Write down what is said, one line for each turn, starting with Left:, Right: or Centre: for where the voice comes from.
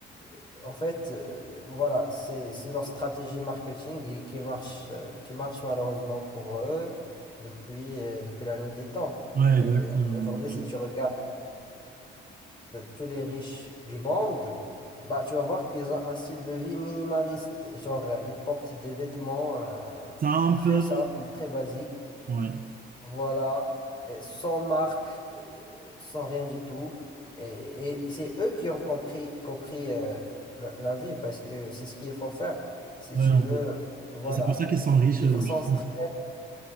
Left: Euh, En fait, euh, voilà, c'est c'est leur stratégie marketing et- qui marche, euh, qui marche malheureusement pour eux depuis, euh, depuis la nuit des temps.
Right: Ouais,
Left: Euh,
Right: exactement.
Left: aujourd'hui,
Right: ouais.
Left: si
Right: ouais.
Left: tu regardes, tous les riches du monde, bah, tu vas voir qu'ils ont un style de vie minimaliste. Genre, euh, ils portent des vêtements euh,
Right: C'est un
Left: très
Right: peu.
Left: simples, très basiques,
Right: Ouais,
Left: voilà, et sans marque, et, euh, sans rien du tout. Et, et c'est eux qui ont compris, compris euh, la, la vie parce que c'est ce qu'il faut faire si
Right: ouais,
Left: tu
Right: un
Left: veux,
Right: peu.
Left: voilà,
Right: Ah, C'est pour ça qu'ils sont riches,
Left: vivre
Right: euh,
Left: sans
Right: je
Left: stress.
Right: pense.